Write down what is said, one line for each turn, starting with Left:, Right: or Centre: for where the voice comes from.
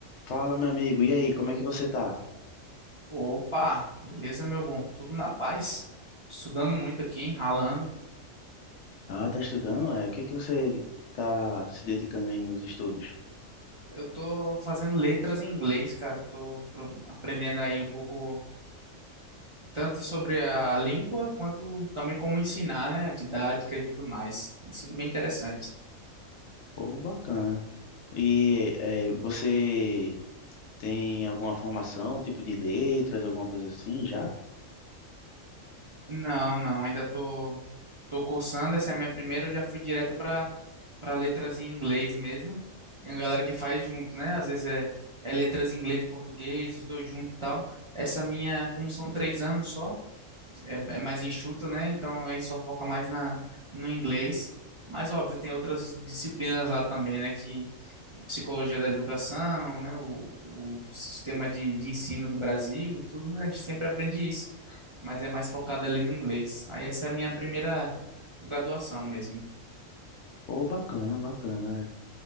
Left: Fala, meu amigo. E aí, como é que você tá?
Right: Opa, beleza, meu bom? Tudo na paz? Estudando muito aqui, ralando.
Left: Ah, tá estudando? É, o que é que você tá se dedicando aí nos estudos?
Right: Eu tô fazendo letras em inglês, cara. Tô pro- aprendendo aí um pouco, tanto sobre a língua, quanto também como ensinar, né? A didática e tudo mais. Tem sido bem interessante.
Left: Pô, bacana. E é, você tem alguma formação, tipo de letras, alguma coisa assim já?
Right: Não, não, ainda tô, tô cursando. Essa é a minha primeira, eu já fui direto para para letras em inglês mesmo. Tem uma galera que faz junto, né? Às vezes é, é letras em inglês e português, os dois juntos e tal. Essa minha, como são três anos só. é, é mais enxuto, né? Então aí só foca mais na, no inglês. Mas óbvio, tem outras disciplinas lá também, né? Que psicologia da educação, né? O, o sistema de, de ensino do Brasil, tudo, né? A gente sempre aprende isso, mas é mais focado ali no inglês. Aí essa é a minha primeira graduação mesmo.
Left: Pô, bacana, bacana.